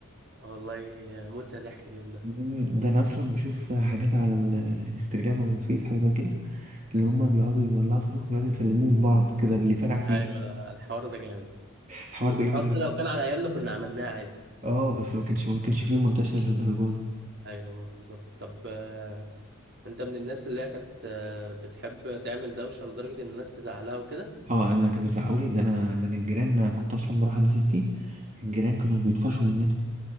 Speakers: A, on the right (about 55°); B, on the right (about 35°).
A: اه والله متنا ضحك اليوم ده
B: مم، ده انا اصلا بشوف حاجات على ال- الانستجرام او الفيس حاجه زي كده اللي هم بيقعدوا يولعوا صاروخ يقعدوا يسلموه لبعض كده واللي فرقع فيه
A: ايوه الحوار ده جامد
B: <laughs> الحوار ده
A: الحوار
B: جامد
A: ده
B: قوي
A: لو كان على ايامنا كنا عملناه عادي
B: اه بس ما كانش ما كانش فيه منتشر للدرجه دي
A: ايوه بالظبط طب آه، انت من الناس اللي هي كانت آه، بتحب تعمل دوشه لدرجه ان الناس تزعلها وكده
B: اه انا كان بيزعقوا لي ده انا ده انا الجيران أنا كنت اصلا بروح عند ستي الجيران كانوا بيطفشوا مننا